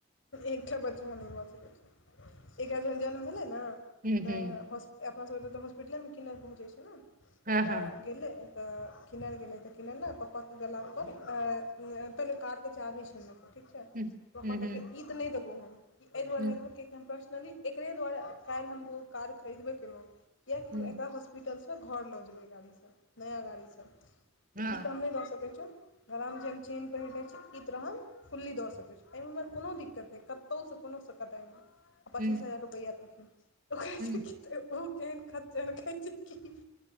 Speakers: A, on the left (about 70°); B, on the right (about 40°).
A: एकटा बच्चा नय भऽ सकै छै एकरा जहन जन्म भेलै नऽ
B: हूँ
A: तऽ
B: हूँ
A: हॉस - अपना सभ एतऽ तऽ हॉस्पिटले मऽ किनर पहुँचै छै नऽ
B: हँ
A: तऽ
B: हँ
A: गेलै तऽ किनर गेलै तऽ किनर नऽ पपा केँ गला पर अ अ पहिले कार केँ चाभी छिनलकै ठीक छै
B: हूँ
A: पपा
B: हूँ हूँ
A: कहलकै ई तऽ नय देबौ हम ई एय दुआरे
B: हूँ
A: नय देबौ किया पर्सनली एकरे दुआरे काइल हम ओ कार खरीदबे केलहुँ कियाकि
B: हूँ
A: हम एकरा हॉस। पिटलसँ घर लऽ जेबै एय गाड़ीसँ नया गाड़ीसँ
B: हँ
A: ई तऽ हम नय दऽ सकै छियो गराम जेन थिन पहिने छै ई रहैन फुल्ली दऽ सकै छी एहिमे कोनो दिक्कत नय कतहुसँ कोनोसँ कटाइ नय आ पचीस
B: हूँ
A: हजार रुपैया देलखिन ओ कहै
B: हूँ
A: छै कि ओ केहन खच्चर कहय छै कि